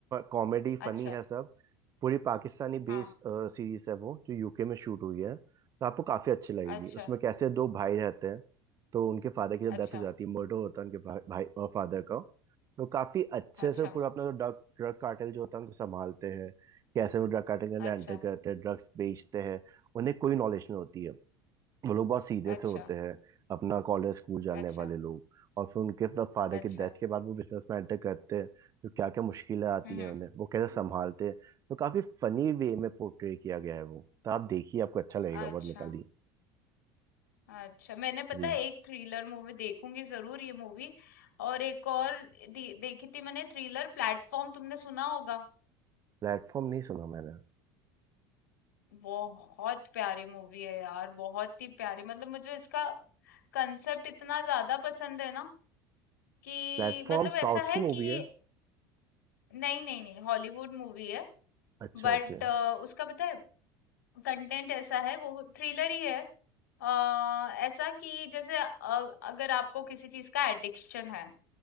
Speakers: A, on the right; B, on the left.
A: कॉमेडी फनी
B: अच्छा
A: है सब पूरी पाकिस्तानी
B: हाँ
A: बेस्ड सीरीज है वो जो यूके में शूट हुई है तो आपको काफी अच्छी लगेगी
B: अच्छा
A: उसमें कैसे दो भाई रहते हैं तो उनके फादर की जब
B: अच्छा
A: डेथ हो जाती है मर्डर होता है उनके भा, भाई फादर का तो काफी अच्छे
B: अच्छा
A: से पूरा अपना जो ड्रग ड्रग कार्टेल जो होता है उनको संभालते हैं कैसे वो ड्रग कार्टेल के अंदर
B: अच्छा,
A: एंटर करते हैं ड्रग्स बेचते हैं उन्हें कोई नॉलेज नहीं होती है वो लोग बहुत सीधे
B: अच्छा,
A: से होते हैं अपना कॉलेज स्कूल जाने
B: अच्छा,
A: वाले लोग और फिर उनके अपना फादर
B: अच्छा,
A: की डेथ के बाद वो बिजनेस में enter करते हैं तो क्या क्या मुश्किलें आती
B: हम्म,
A: हैं
B: हम्म,
A: उन्हें वो कैसे संभालते हैं तो काफी फनी वे में पोर्ट्रे किया गया है वो तो आप देखिए आपको अच्छा लगेगा
B: अच्छा,
A: बहुत मिताली
B: अच्छा। मैंने पता
A: जी
B: है एक थ्रिलर मूवी देखूंगी जरूर ये मूवी और एक और दे, देखी थी मैंने थ्रिलर प्लेटफॉर्म तुमने सुना होगा
A: प्लेटफॉर्म नहीं सुना मैंने
B: बहुत प्यारी मूवी है यार बहुत ही प्यारी मतलब मुझे इसका कंसेप्ट इतना ज्यादा पसंद है ना कि
A: प्लेटफॉर्म
B: मतलब
A: साउथ
B: ऐसा है
A: की मूवी
B: कि
A: है
B: नहीं नहीं नहीं हॉलीवुड मूवी है
A: अच्छा
B: बट
A: ओके
B: उसका पता है कंटेंट ऐसा है वो थ्रिलर ही है अ ऐसा कि जैसे अ- अगर आपको किसी चीज का एडिक्शन है